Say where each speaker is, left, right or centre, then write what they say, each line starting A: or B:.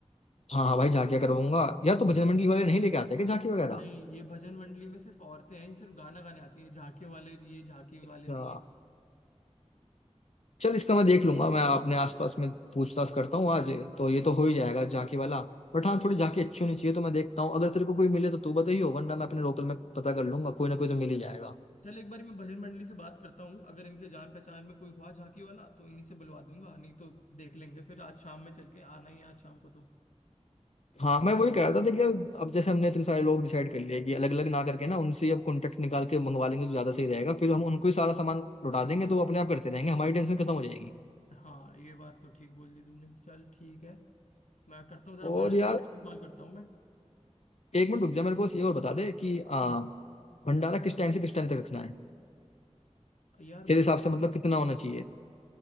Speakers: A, on the left; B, on the left.
A: हाँ हाँ भाई झांकिया करवाऊंगा यार तो बजरंग मंडली वाले नहीं लेके आते क्या झांकी वगैरह
B: नहीं ये भजन मंडली में सिर्फ औरतें हैं ये सिर्फ गाना गाने आती हैं झांकियों वाले ये झांकी
A: अच्छा
B: वाले नहीं है
A: चल इसका मैं देख लूंगा मैं अपने आसपास में पूछताछ करता हूँ आज तो ये तो हो ही जाएगा झांकी वाला बट हाँ थोड़ी झांकी अच्छी होनी चाहिए तो मैं देखता हूँ अगर तेरे को कोई मिले तो तू बताइयो वरना मैं अपने लोकल में पता कर लूंगा कोई ना कोई तो मिल ही जाएगा
B: चल एक बार मैं भजन मंडली से बात करता हूँ अगर इनके जान पहचान में कोई हुआ झांकी वाला तो इन्हीं से बुलवा दूंगा नहीं तो देख लेंगे फिर आज शाम में चल के आना ही है आज शाम को तो
A: हाँ मैं वही कह रहा था देखिए अब जैसे हमने इतने सारे लोग डिसाइड कर लिए कि अलग अलग ना करके ना उनसे ही अब कॉन्टेक्ट निकाल के मंगवा लेंगे तो ज्यादा सही रहेगा फिर हम उनको ही सारा सामान लौटा देंगे तो वो अपने आप करते रहेंगे हमारी टेंशन खत्म हो जाएगी
B: हाँ ये बात तो ठीक बोल दी तूने चल ठीक है मैं करता हूँ जरा
A: और
B: भजन
A: यार
B: मंडल को कॉल करता हूँ मैं
A: एक मिनट रुक जा मेरे को बस ये और बता दे कि आ,
B: हम्म
A: भंडारा किस टाइम से किस टाइम तक रखना है
B: यार
A: तेरे
B: भंडारा
A: हिसाब से मतलब कितना होना चाहिए